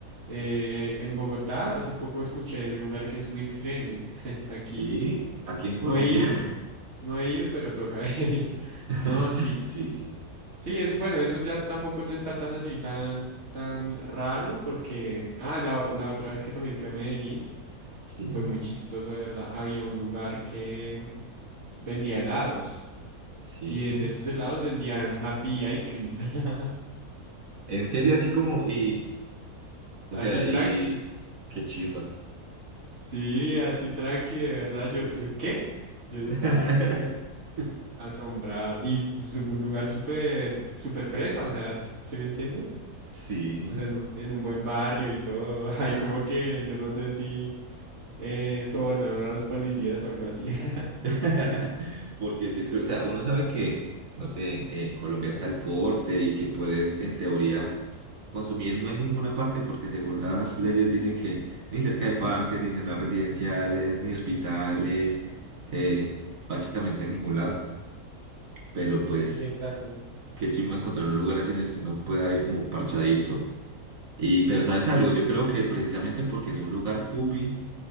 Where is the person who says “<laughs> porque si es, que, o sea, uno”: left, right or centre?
Right